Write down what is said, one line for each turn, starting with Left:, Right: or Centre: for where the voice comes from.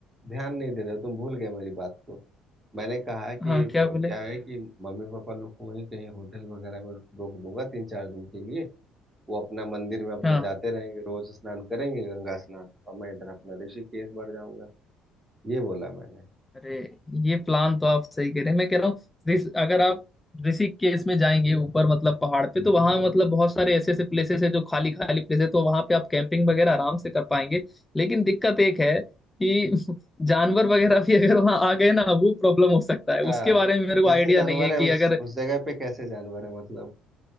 Right: ध्यान नहीं दे रहे हो तुम भूल गए मेरी बात को मैंने कहा कि
Left: हाँ
Right: अ,
Left: क्या बोले
Right: क्या है कि मम्मी पापा लोग को वहीं कहीं होटल वगैरह में रोक दूंगा तीन चार दिन के लिए वो अपना मंदिर में अपना
Left: हाँ
Right: जाते रहेंगे रोज स्नान करेंगे गंगा स्नान और मैं इधर अपना ऋषिकेश बढ़ जाऊंगा ये बोला मैंने
Left: अरे ये प्लान तो आप सही कह रहे हैं मैं कह रहा हूँ ऋष- अगर आप ऋषिकेश में जाएंगे ऊपर मतलब पहाड़ पे तो वहां मतलब बहुत सारे ऐसे ऐसे प्लेसेस है जो खाली खाली प्लेस है तो वहां पे आप कैंपिंग वगैरह आराम से कर पाएंगे लेकिन दिक्कत एक है कि <laughs> जानवर वगैरह भी अगर वहां आ गए ना वो प्रॉब्लम हो सकता है
Right: अच्छा
Left: उसके बारे में मेरे को
Right: कैसे
Left: आइडिया
Right: जानवर
Left: नहीं है
Right: है
Left: कि
Right: उस
Left: अगर
Right: उस जगह पे कैसे जानवर है मतलब